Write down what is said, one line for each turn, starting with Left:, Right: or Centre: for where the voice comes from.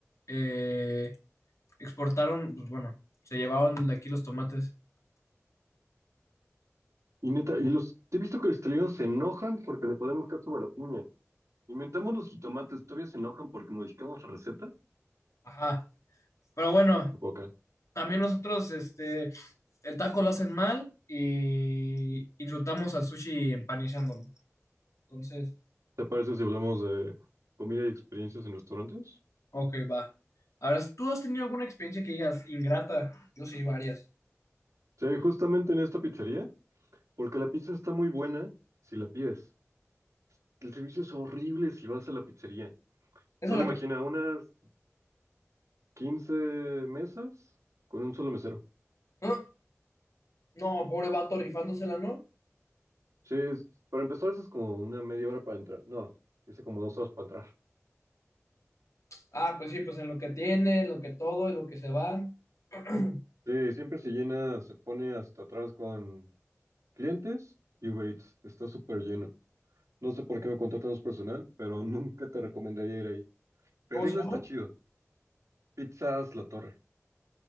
Left: eh, exportaron, pues bueno, se llevaron de aquí los tomates,
Right: Y neta, y los... He visto que los italianos se enojan porque le ponemos catsup a la piña. Inventamos los jitomates, todavía se enojan porque modificamos la receta.
Left: ajá, pero bueno.
Right: Boca.
Left: También nosotros, este, el taco lo hacen mal y insultamos al sushi empanizándolo. Entonces,
Right: ¿Te parece si hablamos de comida y experiencias en restaurantes?
Left: ok, va. Ahora, ¿tú has tenido alguna experiencia que digas ingrata? Yo sí, varias.
Right: Sí, justamente en esta pizzería, porque la pizza está muy buena si la pides. El servicio es horrible si vas a la pizzería.
Left: Esa
Right: Solo
Left: es la
Right: imagina
Left: que...
Right: unas 15 mesas con un solo mesero.
Left: ¿Ah? No, pobre vato rifándosela, ¿no?
Right: Sí, es- para empezar eso es como una media hora para entrar. No, dice como dos horas para entrar.
Left: Ah, pues sí, pues en lo que tiene, en lo que todo, en lo que se va. <clears throat>
Right: Sí, siempre se llena, se pone hasta atrás con clientes y Uber Eats. Está súper lleno. No sé por qué no contratan más personal, pero <laughs> nunca te recomendaría ir ahí. Pedirla
Left: ¿Cómo se llama?
Right: está chido. Pizzas La Torre.